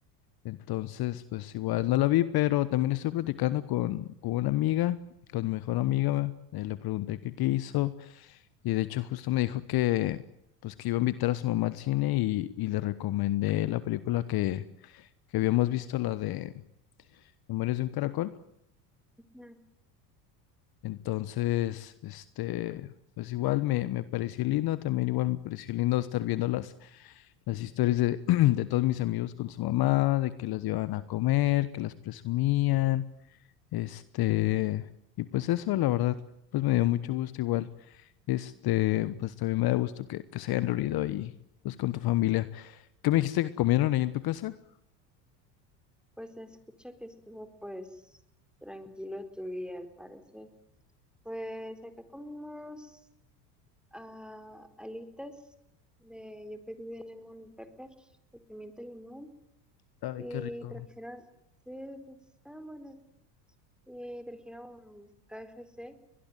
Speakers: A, on the left; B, in the centre.
A: Entonces, pues igual no la vi, pero también estoy platicando con, con una amiga, con mi mejor amiga. eh, le pregunté que qué hizo y de hecho justo me dijo que, pues que iba a invitar a su mamá al cine y, y le recomendé la película que, que habíamos visto, la de Memorias de un Caracol.
B: Ujú.
A: Entonces, este, pues igual me, me pareció lindo, también igual me pareció lindo estar viendo las, las historias de, <clears throat> de todos mis amigos con su mamá, de que las llevaban a comer, que las presumían, este, y pues eso, la verdad, pues me dio mucho gusto igual, este, pues también me da gusto que, que se hayan reunido ahí pues con tu familia. ¿Qué me dijiste que comieron ahí en tu casa?
B: Pues se escucha que estuvo pues tranquilo tu día al parecer. Pues acá comimos ah, alitas de, yo pedí de lemon pepper, de pimienta limón,
A: Ay,
B: y
A: qué rico.
B: trajeron, sí, pues estaban buenas, y trajeron KFC,